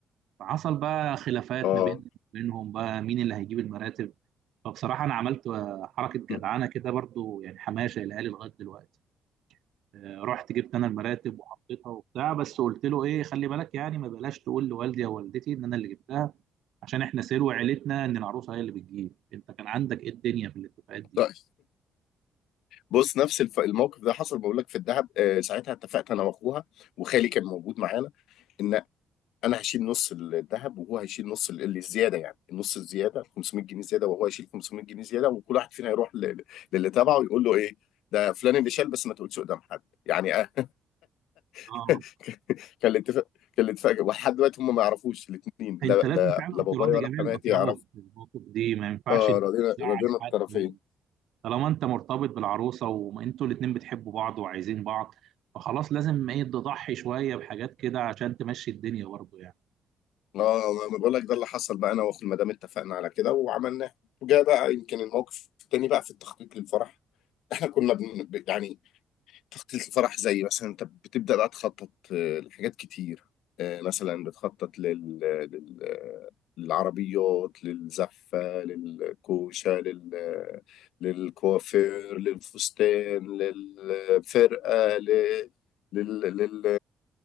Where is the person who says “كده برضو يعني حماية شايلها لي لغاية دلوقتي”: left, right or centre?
Right